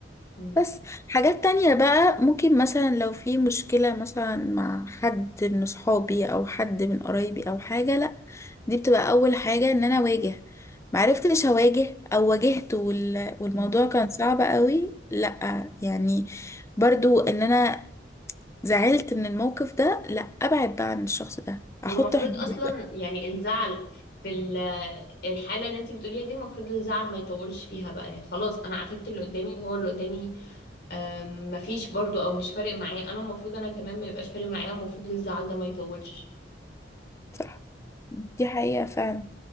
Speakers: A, on the left; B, on the left.
A: مم.
B: بس حاجات تانية بقى ممكن مثلا لو في مشكلة مثلا مع حد من صحابي أو حد من قرايبي أو حاجة لأ دي بتبقى أول حاجة إن أنا أواجه معرفتش أواجه أو واجهت وال... والموضوع
A: آه.
B: كان صعب قوي لأ يعني برضو إن أنا زعلت من الموقف ده لأ أبعد بقى عن الشخص ده
A: والمفروض
B: أحط حدود
A: اصلا يعني الزعل في ال- الحاله اللي انتي بتقوليها دي المفروض الزعل ما يطولش فيها بقى يعني خلاص انا عاتبت اللي قدامي هو اللي قدامي آم، مفيش برضو او مش فارق معاه انا المفروض انا كمان ما يبقاش فارق معايا المفروض الزعل ده ما يطولش
B: صح دي حقيقة فعلا